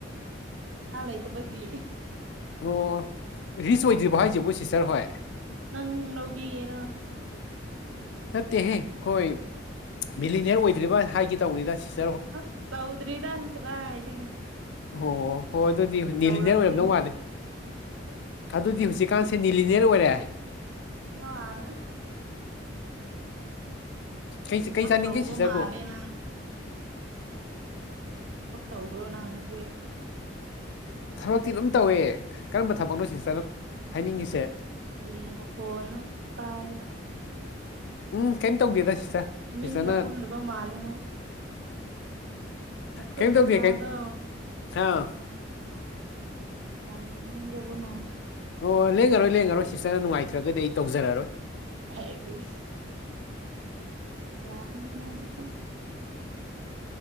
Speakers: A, on the right; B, on the left.
A: ꯄꯩꯁꯥ ꯂꯩꯇꯥꯕꯒꯤ
B: ꯑꯣ ꯔꯤꯁ ꯑꯣꯏꯗ꯭ꯔꯤꯕ ꯍꯥꯏꯁꯤꯕꯣ ꯁꯤꯁꯇꯔ ꯍꯣꯏ
A: ꯅꯪ ꯂꯧꯕꯤꯒꯦꯔꯣ
B: ꯅꯠꯇꯦꯍꯦ ꯑꯈꯣꯏ ꯃꯤꯂꯤꯅꯤꯌꯔ ꯑꯣꯏꯗ꯭ꯔꯤꯕ ꯍꯥꯏꯒꯦ ꯇꯧꯕꯅꯤꯗ ꯁꯤꯁ
A: ꯑꯁ ꯇꯧꯗ꯭ꯔꯤꯗ ꯀꯗꯥꯏꯗꯒꯤ
B: ꯑꯣ ꯍꯣ ꯍꯣꯏ ꯑꯗꯨꯗꯤ
A: ꯅꯪꯗꯤ
B: ꯅꯤꯂꯤꯅꯌꯔ
A: ꯇꯧꯔꯝꯒꯅꯤ
B: ꯑꯣꯏꯔꯝꯗꯧ ꯃꯥꯜꯂꯦ ꯑꯗꯨꯗꯤ ꯍꯨꯖꯤꯛꯀꯥꯟꯁꯦ ꯅꯤꯂꯤꯅꯤꯌꯔ ꯑꯣꯏꯔꯦ
A: ꯍ ꯑꯗ
B: ꯀꯩꯁ
A: ꯊꯕꯛ
B: ꯀꯩ ꯆꯥꯅꯤꯡꯅꯤꯒꯦ
A: ꯇꯧꯕ
B: ꯁꯤꯇꯔꯕꯣ
A: ꯃꯥꯜꯂꯦ ꯅꯪ ꯊꯕꯛ ꯇꯧꯕꯔꯣ ꯅꯪ ꯍꯧꯖꯤꯛ
B: ꯊꯕꯛꯇꯤ ꯑꯗꯨꯝ ꯇꯧꯏ ꯀꯔꯝꯕ ꯊꯕꯛꯅꯣ ꯁꯤꯁꯇꯔꯅ ꯍꯥꯏꯅꯤꯡꯉꯤꯁꯦ
A: ꯀꯔꯤ ꯃꯈꯣꯟꯅꯣ ꯇꯥꯏꯌꯦꯕ
B: ꯎꯝ ꯀꯦꯝ ꯇꯧꯗꯦꯗ ꯁꯤꯁꯇꯔ
A: ꯇꯨꯃꯤꯟꯅ
B: ꯁꯤꯁꯇꯔꯅ
A: ꯐꯝꯗꯕ ꯃꯥꯜꯂꯦ ꯅꯪ ꯅꯈꯨꯠ
B: ꯀꯩꯝ ꯇꯧꯗꯦ
A: ꯅꯁꯥꯗꯣ
B: ꯀꯩꯝ ꯑꯥ
A: ꯌꯥꯝ ꯂꯦꯡꯗꯕ ꯃꯥꯜꯂꯦ
B: ꯑꯣ ꯂꯦꯡꯉꯔꯣꯏ ꯂꯦꯡꯉꯔꯣꯏ ꯁꯤꯁꯇꯔꯅ ꯅꯨꯡꯉꯥꯏꯇ꯭ꯔꯒꯗꯤ ꯑꯩ ꯇꯧꯖꯔꯔꯣꯏ
A: ꯍꯩꯁ ꯖꯠꯅꯦꯍꯦ ꯅꯪꯁꯨ ꯁꯨꯝ